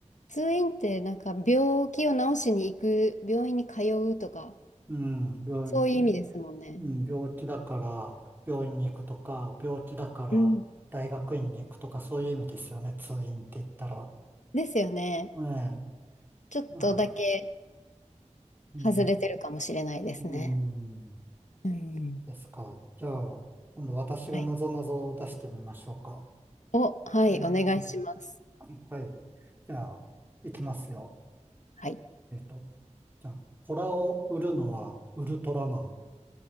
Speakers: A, on the left (about 75°); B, on the right (about 15°).
A: 通院ってなんか病気を治しに行く、病院に通うとか、
B: うん、病気、
A: そういう意味ですもんね。
B: うん、病気だから病院に行くとか、病気だから大学院に行くとか、
A: うん。
B: そういう意味ですよね、通院って言ったら。
A: ですよね。
B: ええ、
A: ちょっとだけ
B: なんか、うん、
A: 外れてるかもしれないですね。
B: うん、
A: うん。
B: ですか。じゃあ、今度私がなぞなぞを出してみましょうか。
A: はい。お、はい、
B: ね
A: お願いします。
B: え、はい。じゃあ、いきますよ。
A: はい。
B: えっと、じゃあ、コラを売るのはウルトラマン。